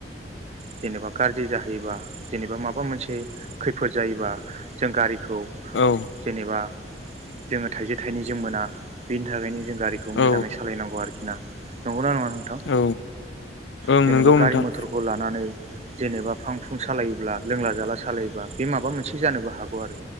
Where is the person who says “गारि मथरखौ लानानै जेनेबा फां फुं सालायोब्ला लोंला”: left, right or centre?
Right